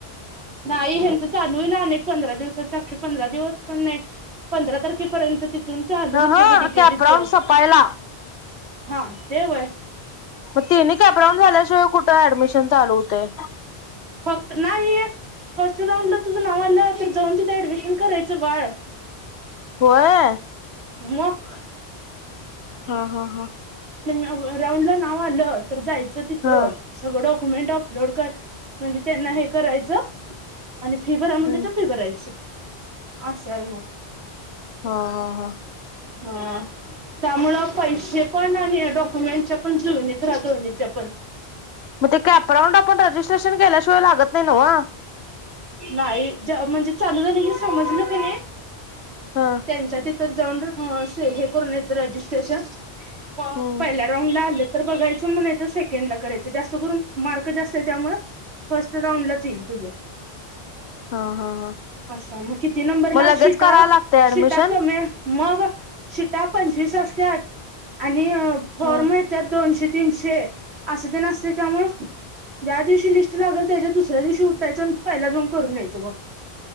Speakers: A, on the right; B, on the left.
A: नाही ह्याची - चालू होइल आणि एक पंधरा दिवसात <unintelligible> अशे पंधरा दिवस पण नाही पंधरा तारखेपर्यंत- तिथून चालू
B: ह
A: होते
B: ह.
A: ब डिकेटीच
B: कॅपराउंड सपायला.
A: हा ते व्हय?
B: मग तिनी कॅप राऊंड झाल्याशिवाय कुठे ॲडमिशन चालू होतय?
A: फक्त नाही. फर्स्ट राऊंड ला तुझ नाव आल? तर जाऊन तिथ ॲडमिशन करायचं बाळ-
B: व्हय.
A: <unintelligible>
B: हां हां हां.
A: व राऊंड ला नाव आलं तर जायचं- च तिथ
B: हा
A: सगळं - क्युमेंट अपलोड कर म्हणजे त्यांना हे करायचं.? आणि फी भरा म्हटले
B: हा
A: तर फी भरायच. अस आय मग
B: हा हा हा.
A: हा त्यामुळं पैशे पण आणि डॉक्युमेंटच पण जुळनीत ऱ्हा, दोन्हीच्या पण
B: म ते कॅपराऊंड आपण रजिस्ट्रेशन केल्याशिवाय लागत नाही न्हव?
A: नाही ज म्हणजे चालू झालं की समजलं कनी
B: हा
A: त्यांच्या ती तर जाऊन ह, से हे करून यायचं रजिस्ट्रेशन <unintelligible>
B: हम्म
A: पयल्या राऊंडला आल तर बघायचं म, नाही तर सेकंड ला करायच, जास्त करून मार्क जास्त आहे त्यामुळ फर्स्ट राऊंडलाच ईल तुझ
B: हा हा हा
A: अशा म किती नंबरला
B: मग लगेच
A: शिटा,
B: करायला लागतंय ऍडमिशन
A: शिटा कमी मग शिटा पंचवीस असत्यात आणि अ फॉर्म
B: हा
A: येत्यात दोनशे तीनशे आस तेन असतंय, त्यामुळ ज्या दिवशी लिस्ट लागल त्याच्या दुसऱ्या दिवशी उठायचन पयला जाऊन करून यायच ग